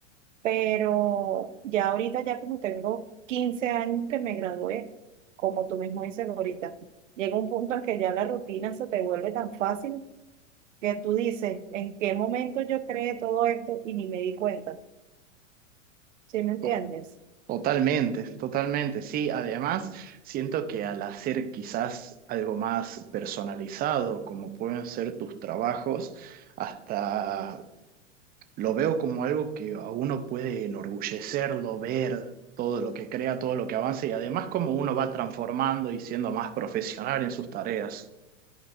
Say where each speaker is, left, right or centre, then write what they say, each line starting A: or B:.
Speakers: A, on the right; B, on the right.
A: Pero ya ahorita, ya como tengo 15 años que me gradué, como tú mismo dices ahorita, llega un punto en que ya la rutina se te vuelve tan fácil que tú dices, ¿en qué momento yo creé todo esto y ni me di cuenta? ¿Sí me entiendes?
B: To- Totalmente, totalmente, sí. Además, siento que al hacer quizás algo más personalizado, como pueden ser tus trabajos, hasta lo veo como algo que a uno puede enorgullecerlo, ver todo lo que crea, todo lo que avanza y además como uno va transformando y siendo más profesional en sus tareas.